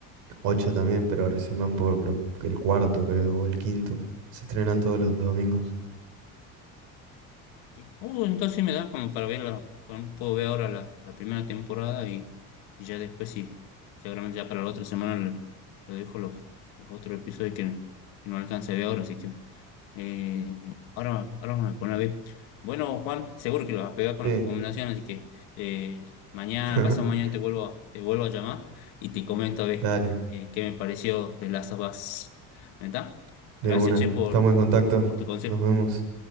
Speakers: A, on the right (about 75°); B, on the left (about 90°).
A: ocho también, pero recién van por el cuarto, creo, o el quinto. Se estrenan todos los domingos.
B: ¿Qué? Uh, entonces sí me da como para verla. bueno, Puedo ver ahora la, la primera temporada y, y ya después sí. Seguramente ya para la otra semana le, le dejo los, los otros episodios que, que no alcancé a ver ahora, así que. Eh, ahora, ahora me pone a ver. Bueno, Juan, seguro que lo vas a pegar con
A: Sí.
B: las recomendaciones, así que eh, mañana,
A: <laughs>
B: pasado mañana te vuelvo a, te vuelvo a llamar y te comento a ver
A: Dale,
B: eh, qué me pareció de las of Us. ¿Verdad?
A: de
B: Gracias,
A: una.
B: Che, por,
A: Estamos en contacto.
B: por tu consejo.
A: Nos vemos.